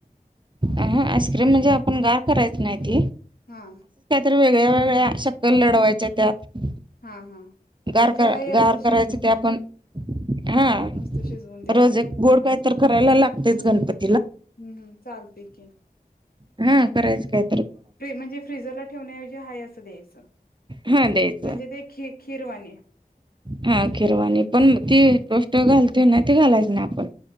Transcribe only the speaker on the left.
हा!
हां हां.
म्हणजे
आहे
असं शिजवून
हां हां नुसतं शिजवून द्यायचं
हूं चालतय की.
म्हणजे फ्रीजरला ठेवण्याऐवजी हाय असं द्यायचं.
म्हणजे ते खि खिरवानी